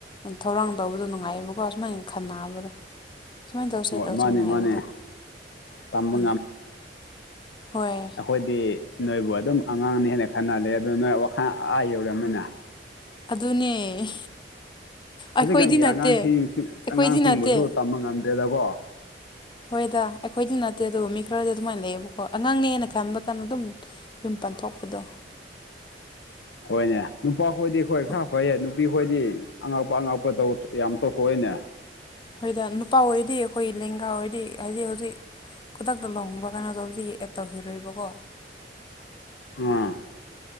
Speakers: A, on the left; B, on the left.
A: ꯊꯧꯔꯥꯡ ꯇꯧꯕꯗꯣ ꯅꯨꯡꯉꯥꯏꯌꯦꯕꯀꯣ ꯑꯁꯨꯃꯥꯏꯟ ꯈꯟꯅꯕꯗꯣ ꯁꯨꯃꯥꯏꯟ ꯇꯧꯁꯦ
B: ꯍꯣꯏ
A: ꯇꯧꯁꯦꯅ
B: ꯃꯥꯅꯦ ꯃꯥꯅꯦ
A: ꯍꯥꯏꯕꯗꯣ
B: ꯇꯝꯕ
A: ꯎꯝ ꯍꯣꯏ
B: ꯈꯣꯏꯗꯤ ꯅꯣꯏꯕꯨ ꯑꯗꯨꯝ ꯑꯉꯥꯡꯅꯦ ꯍꯥꯏꯅ ꯈꯟꯅꯔꯦ ꯑꯗꯣ ꯅꯣꯏ ꯋꯥꯈꯜ ꯑꯥ ꯌꯧꯔꯝꯃꯦꯅ
A: ꯑꯗꯨꯅꯦ <unintelligible> ꯑꯩꯈꯣꯏꯗꯤ
B: ꯍꯧꯖꯤꯛꯀꯥꯟꯒꯤ
A: ꯅꯠꯇꯦ
B: ꯑꯉꯥꯡꯁꯤ ꯁꯨ
A: ꯑꯩꯈꯣꯏꯗꯤ
B: ꯝꯑꯉꯥꯡꯁꯤꯡꯕꯨꯁꯨ
A: ꯅꯠꯇꯦ
B: ꯇꯝꯕ ꯉꯝꯗ꯭ꯔꯦꯗꯀꯣ
A: ꯍꯣꯏꯗ ꯑꯩꯈꯣꯏꯗꯤ ꯅꯠꯇꯦ ꯑꯗꯨꯕꯨ ꯃꯤ ꯈꯔꯗꯤ ꯑꯗꯨꯃꯥꯏꯟ ꯂꯩꯌꯦꯕꯀꯣ ꯑꯉꯥꯡꯅꯦꯅ ꯈꯟꯕ ꯀꯥꯟꯗ ꯑꯗꯨꯝ ꯌꯨꯝ ꯄꯥꯟꯊꯣꯛꯄꯗꯣ
B: ꯍꯣꯏꯅꯦ ꯅꯨꯄꯥ ꯈꯣꯏꯗꯤ ꯍꯣꯏ
A: ꯑꯩꯈꯣꯏ
B: ꯈꯔ ꯐꯩꯌꯦ ꯅꯨ ꯄꯤꯍꯣꯏꯗꯤ ꯑꯉꯛꯄ ꯑꯉꯛꯄ ꯇꯧ ꯌꯥꯝ ꯇꯧꯊꯣꯛꯑꯦꯅꯦ
A: ꯍꯣꯏꯗ ꯅꯨꯄꯥ ꯑꯣꯏꯔꯗꯤ ꯑꯈꯣꯏ ꯂꯦꯡꯒꯥ ꯑꯣꯏꯔꯗꯤ ꯍꯥꯏꯗꯤ ꯍꯧꯖꯤꯛ ꯈꯨꯗꯛꯇ ꯂꯨꯍꯣꯡꯕ ꯀꯩꯅꯣ <unintelligible> ꯑꯦꯗ ꯇꯧꯈꯤꯔꯣꯏꯕꯀꯣ
B: ꯑꯉꯥꯡ